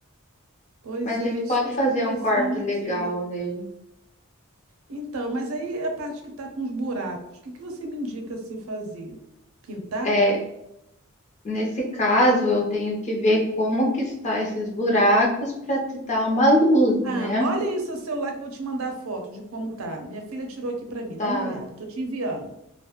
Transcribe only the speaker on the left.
mas a gente
pode
fazer
um corte
legal nele.
É, nesse caso, eu tenho que ver como que está esses buracos para te dar uma luz,
né?
Tá,